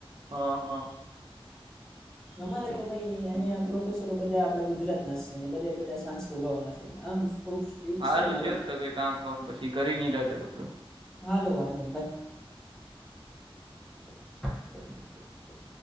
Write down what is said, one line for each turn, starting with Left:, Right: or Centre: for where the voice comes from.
Right: હં હા.
Centre: અમારે તો ભાઈ અહિયાં પ્રોફેસરો બધા આપડા ગુજરાત ના છે ને બધા બધા સાંસ પ્રભાવઓ ના છે. આમ થોડુંક સ્ટ્રીક
Right: સારું
Centre: છે અમારે
Right: લે્યો તો કે કામ બમ પછી કરી નહી રતે પછું.
Centre: હાાલ લો વાંધો બાય. <inaudible>